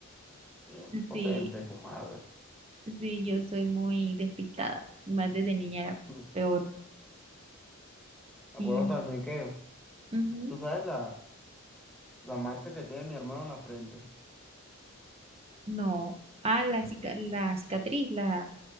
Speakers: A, in the centre; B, on the right.
A: bien potente,
B: sí,
A: comadre.
B: sí, yo soy muy despistada. Más desde niña era
A: <laughs> Me
B: peor.
A: acuerdo
B: Y
A: también que,
B: ujú,
A: tú sabes la... La marca que tiene mi hermano en la frente.
B: no. Ah, la, cica- la cicatriz, la,